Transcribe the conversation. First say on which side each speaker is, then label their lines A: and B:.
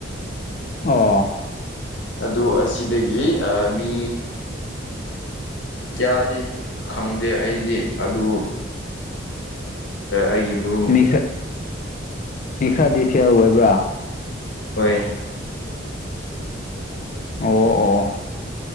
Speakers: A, on the left; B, on the left.
A: ꯑꯣ
B: ꯑꯗꯨ ꯑꯁꯤꯗꯒꯤ ꯃꯤ ꯌꯗꯦ ꯈꯪꯗꯦ ꯑꯩꯗꯤ ꯑꯗꯨ ꯑꯩꯒꯤ ꯃꯔꯨꯞ
A: ꯃꯤ ꯈꯔ ꯃꯤ ꯈꯔꯗꯤ ꯁꯦꯟ ꯑꯣꯏꯕ꯭ꯔꯥ
B: ꯍꯣꯏ
A: ꯑꯣ ꯑꯣ